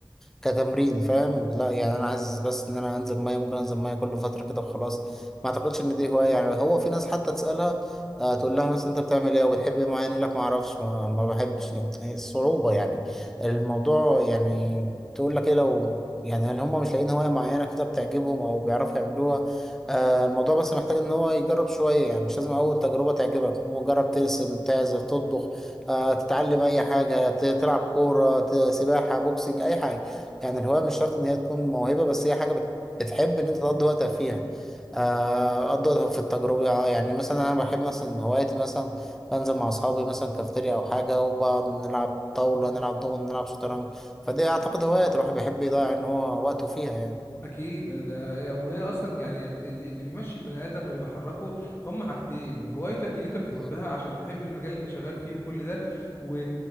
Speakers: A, in the centre; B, on the left.
A: كتمرين فاهم لا يعني انا عايز بس ان انا انزل ميه ممكن انزل ميه كل فتره كده وخلاص ما اعتقدش ان دي هوايه يعني هو في ناس حتى تسالها آه تقول لها مثلا انت بتعمل ايه وبتحب ايه معين يقول لك ما اعرفش ما, ما بحبش يعني الصعوبة يعني الموضوع يعني تقول لك ايه لو يعني هل هم مش لاقيين هواية معينة كده بتعجبهم او بيعرفوا يعملوها آه الموضوع بس محتاج ان هو يجرب شوية يعني مش لازم اول تجربة تعجبك هو جرب ترسم تعزف تطبخ آه تتعلم اي حاجة ت- تلعب كورة ت- سباحة بوكسنج اي حاجة يعني الهواية مش شرط ان هي تكون موهبة بس هي حاجة بت- بتحب ان انت تقضي وقتك فيها آه، أفضل في التجربة آه، يعني مثلا أنا بحب مثلا هواياتي مثلا بنزل مع أصحابي مثلا كافتيريا أو حاجة وبقعد نلعب طاولة نلعب دومنة نلعب شطرنج فدي أعتقد هوايات الواحد بيحب يضيع إن هو وقته فيها يعني
B: اكيد ده ده- وهي اصلا يعني اللي اللي بيمشي البني ادم واللي بيحركه هم حاجتين هوايتك اللي انت بتحبها
A: مم.
B: عشان تحب المجال اللي انت شغال فيه وكل ده و...